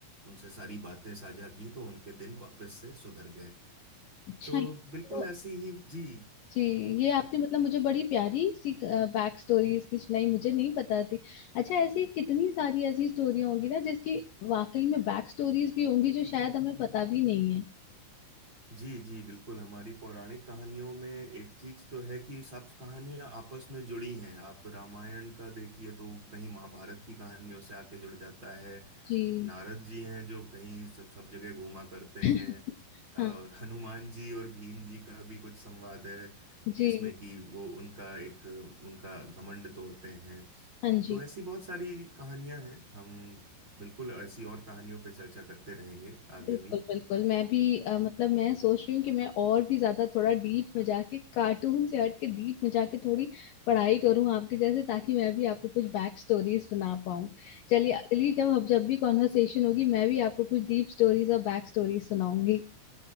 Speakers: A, on the right; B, on the left.
A: उनसे सारी बातें साझा की तो उनके दिन वापस से सुधर गए
B: अच्छा
A: तो
B: ये
A: बिल्कुल
B: तो
A: ऐसी ही जी
B: जी ये आपने मतलब मुझे बड़ी प्यारी सी बैक स्टोरी इसकी सुनाई मुझे नहीं पता थी अच्छा ऐसी कितनी सारी ऐसी स्टोरी होंगी ना जिसकी वाकई में बैक स्टोरीज भी होंगी जो शायद हमें पता भी नहीं है
A: जी जी बिल्कुल हमारी पौराणिक कहानियों में एक चीज तो है कि सब कहानियां आपस में जुड़ी हैं आप रामायण का देखिए तो कहीं महाभारत की कहानियों से आके जुड़ जाता है
B: जी
A: नारद जी हैं जो कहीं सब सब जगह घूमा करते
B: <laughs>
A: हैं
B: हाँ
A: और हनुमान जी और भीम जी का भी कुछ संवाद है
B: जी
A: जिसमें कि वो उनका एक उनका घमंड तोड़ते हैं
B: हाँ जी
A: तो ऐसी बहुत सारी कहानियां हैं हम बिल्कुल ऐसी और कहानियों पे चर्चा करते रहेंगे आगे
B: बिल्कुल
A: भी <laughs>
B: बिल्कुल मैं भी अ, मतलब मैं सोच रही हूँ कि मैं और भी ज्यादा थोड़ा डीप में जाके कार्टून से हट के डीप में जाके थोड़ी पढ़ाई करूँ आपके जैसे ताकि मैं भी आपको कुछ बैक स्टोरीज सुना पाऊँ चलिए अगली जब हम जब भी कॉन्वर्सेशन होगी मैं भी आपको कुछ डीप स्टोरीज और बैक स्टोरीज सुनाऊंगी